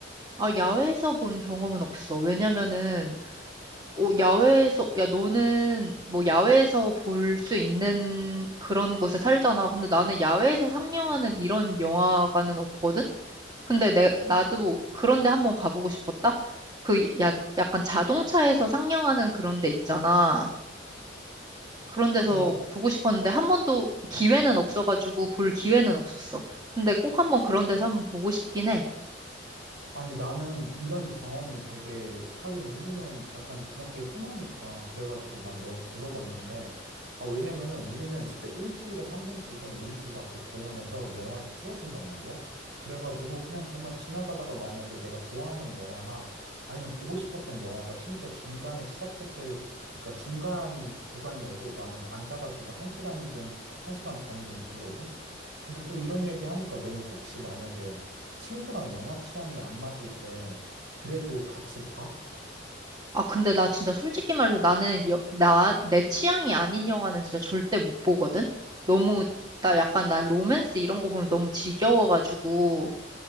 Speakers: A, on the right; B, on the right.
A: 아, 야외에서 본 경험은 없어. 왜냐면은 어, 야외에서 야 너는 뭐 야외에서 볼 수 있는 그런 곳에 살잖아. 근데 나는 야외에서 상영하는 이런 영화관은 없거든. 근데 내 나도 그런데 한번 가보고 싶었다. 그 야, 약간 자동차에서 상영하는 그런 데 있잖아. 그런 데서
B: 어
A: 보고 싶었는데 한 번도 기회는 없어가지고 볼 기회는 없었어. 근데 꼭 한 번 그런 데서 한번 보고 싶긴 해.
B: 아니, 나는 이런 경험이 되게, 하긴 우리는 약간 그런 게 흔하니까, 그래가지고 난 너한테 물어봤는데, 아, 왜냐면은 우리는 진짜 일주일에 한 번씩은 우리 집 앞에 공원에서 영화를 틀어준단 말이야. 그래가지고 그냥 정말 지나가다가 만약에 내가 좋아하는 영화나 아니면 보고 싶었던 영화가 심지어 중간에 시작했을, 그러니까 중간 구간이어도 나는 앉아가지고 한 시간이든 한 시간 반이든 보거든? 근데 또 이런 이야기 하니까 넌 혹시 만약에 친구랑 영화 취향이 안 맞을 때 그래도 같이 봐?
A: 아, 근데 나 진짜 솔직히 말해서 나는 여- 나, 내 취향이 아닌 영화는 진짜 절대 못 보거든? 너무, 나 약간 나 로맨스 이런 거 보면 너무 지겨워가지고